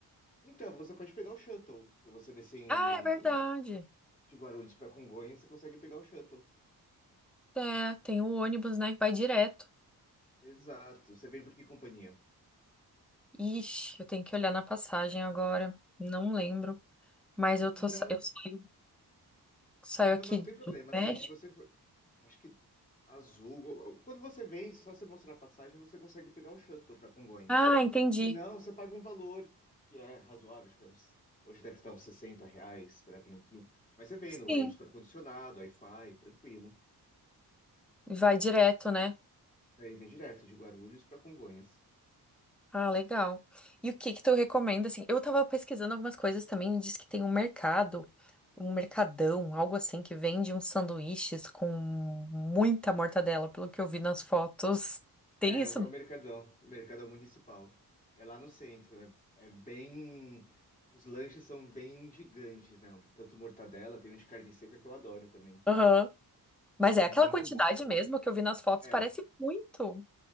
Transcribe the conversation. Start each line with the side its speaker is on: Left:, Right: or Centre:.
Left: Então, você pode pegar o shuttle. Se você descer em,
Centre: Ah, é verdade.
Left: De Guarulhos para Congonhas, você consegue pegar o shuttle.
Centre: É, tem o ônibus, né, que vai direto.
Left: Exato. Você vem por que companhia?
Centre: Ixi, eu tenho que olhar na passagem agora. Não lembro. Mas eu
Left: Não,
Centre: tô, sa-
Left: não,
Centre: eu saio, saio
Left: não,
Centre: aqui
Left: mas não tem problema.
Centre: do
Left: Assim,
Centre: México.
Left: se você for. Acho que azul. Quando você vem, só você mostrar a passagem, você consegue pegar o shuttle para Congonhas.
Centre: Ah, entendi.
Left: E não, você paga um valor que é razoável, acho que é uns, hoje deve estar uns 60 reais para vir aqui. Mas você vem
Centre: Sim,
Left: no ônibus com ar-condicionado, Wi-Fi, tranquilo.
Centre: vai direto, né?
Left: Daí vem direto de Guarulhos para Congonhas.
Centre: Ah, legal. E o que que tu recomenda, assim? Eu tava pesquisando algumas coisas também, e diz que tem um mercado, um mercadão, algo assim, que vende uns sanduíches com muita mortadela, pelo que eu vi nas fotos. Tem
Left: É,
Centre: isso?
Left: é o Mercadão, o Mercadão Municipal. É lá no centro, é, é bem. Os lanches são bem gigantes, né? Tanto mortadela, tem um de carne seca que eu adoro também,
Centre: Aham. Mas
Left: que
Centre: é
Left: é
Centre: aquela
Left: muito
Centre: quantidade
Left: bom. tudo.
Centre: mesmo que eu vi nas fotos,
Left: É,
Centre: parece muito.